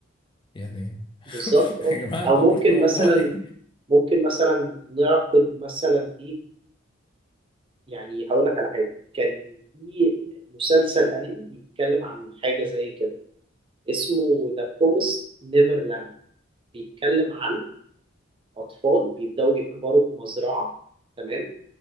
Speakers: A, on the left (about 25°); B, on the right (about 25°).
A: يعني <laughs>
B: بالظبط اه
A: يا جماعة
B: او
A: كبرتوا
B: ممكن
A: الموضوع
B: مثلا
A: ليه؟
B: ممكن مثلا نعقد مثلا ايه يعني هقول لك على حاجه كان في مسلسل انمي بيتكلم عن حاجه زي كده اسمه ذا بروميس نيفرلاند بيتكلم عن أطفال بيبدأوا يكبروا في مزرعة تمام